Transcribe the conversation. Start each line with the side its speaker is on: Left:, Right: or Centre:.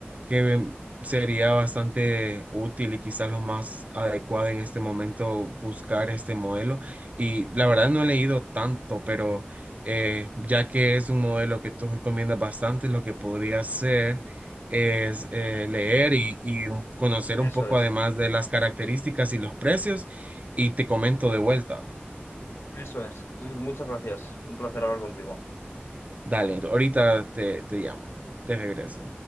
Right: que sería bastante útil y quizás lo más adecuado en este momento buscar este modelo. Y la verdad no he leído tanto, pero... eh, ya que es un modelo que tú recomiendas bastante, lo que podría ser es eh, leer y, y un- conocer
Left: Eso
Right: un poco
Left: es,
Right: además de las características y los precios y te comento de vuelta.
Left: eso es. Eh, Muchas gracias. Un placer hablar contigo.
Right: Dale, ahorita te, te llamo, de regreso.